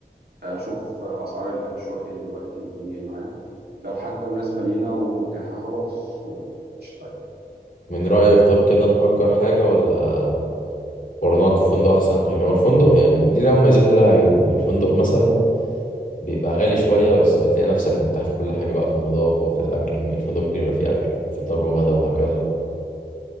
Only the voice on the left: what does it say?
من رأيك طب كده نأجر حاجة ولا ولا نقعد في فندق أحسن يعني هو الفندق يعني دي لها مميزات ولها عيوب الفندق مثلا بيبقى غالي شوية بس بتلاقي نفسك مرتاح في كل حاجة بقى في النظافة وفي الأكل مم- الفندق ممكن يبقى فيه أكل فطار وغدا وهكذا